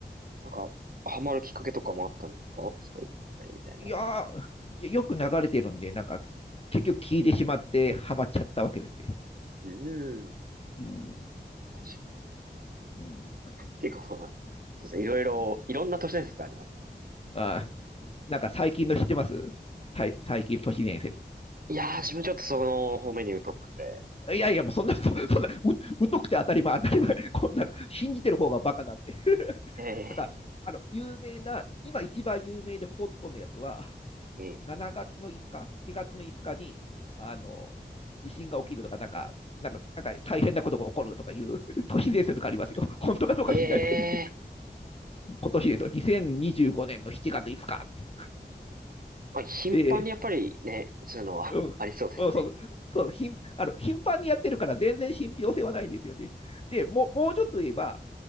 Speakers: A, on the right; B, on the left.
A: なんか、ハマるきっかけとかもあったんですかすごい、みたいな。
B: いやー、よく流れてるんで、なんか、結局聞いてしまってハマっちゃったわけですね。
A: うーん。
B: うん、
A: 確かに。
B: うん、なんか
A: 結構まあ、そうですね、いろいろ、いろんな都市伝説ありますも
B: あなんか最近の知ってますたい最近の都市伝説。
A: ん。いやー、自分ちょっとその方面に疎くて。
B: いやいや、もうそんな、そそんな、う、疎くて当たり前、当たり前。こんなの、信じてる方がバカなんて。
A: ええ
B: なんか、あの、有名な、今一番有名でホットのやつは、
A: ええ
B: 7月の5日、7月の5日に、あの、地震が起きるとか、なんか、なんか、なんか大変なことが起こるとかいう <laughs> 都市伝説とかありますよ。本当かどうか知んないですけど、
A: ええ
B: ね今年ですよ、2025年の7月5日って。
A: まあ、頻繁にやっぱりね、
B: で、
A: そういうのは
B: うん
A: <laughs> ありそうですね。
B: うん、そうそう頻あの頻繁にやってるから全然信憑性はないんですよね。でもうもうちょっと言えば、